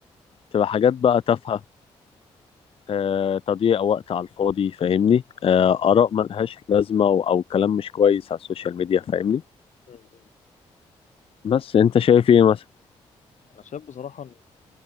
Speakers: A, on the left; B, on the left.
A: تبقى حاجات بقى تافهة آه، تضييع وقت على الفاضي فاهمني آه،
B: مم.
A: آراء ملهاش لازمة أو أو كلام مش كويس على السوشيال ميديا فاهمني
B: مم. مم.
A: بس انت شايف ايه مثلا
B: انا شايف بصراحه ان